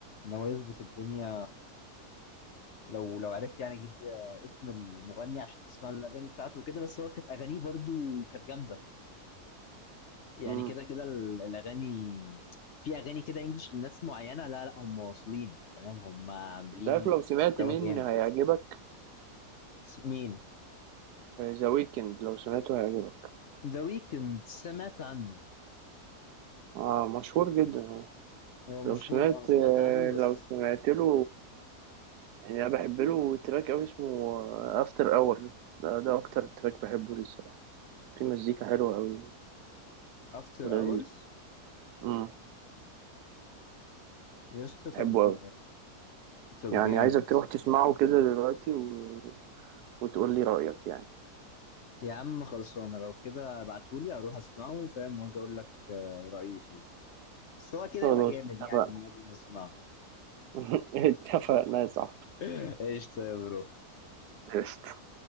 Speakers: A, on the left (about 55°); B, on the right (about 85°).
A: ان هو يظبط الدنيا لو لو عرفت يعني اجيب آه، اسم المغني عشان تسمع له الاغاني بتاعته وكده بس هو كانت اغانيه برضو كانت جامده يعني
B: مم.
A: كده كده ال- الاغاني في اغاني كده انجلش لناس معينه لا لا هم واصلين فاهم هم عاملين
B: انت عارف لو سمعت
A: مستوى
B: مين
A: جامد
B: هيعجبك
A: س- مين
B: ذا ويكند لو سمعته هيعجبك
A: ذا ويكند سمعت عنه
B: اه مشهور جدا هو
A: هو
B: لو
A: مشهور
B: سمعت
A: اه سمعت
B: آه،
A: عنه بس
B: لو سمعت له يعني انا بحب له تراك قوي اسمه افتر اور ده, ده اكتر تراك بحبه ليه الصراحه في مزيكا حلوه قوي
A: افتر
B: ولذيذ
A: اورز
B: امم
A: يسطا طب
B: بحبه قوي
A: طب
B: يعني
A: جامد
B: عايزك تروح تسمعه كده دلوقتي و... وتقول لي رأيك يعني
A: يا عم خلصانه لو كده ابعتهولي اروح اسمعه فاهم واجي اقول لك آه، رايي فيه بس هو كده
B: خلاص
A: يبقى جامد
B: اتفقنا
A: يعني من قبل ما اسمعه
B: <laughs> اتفقنا يا صاحبي
A: <laughs> ايش طيب برو
B: قشطة.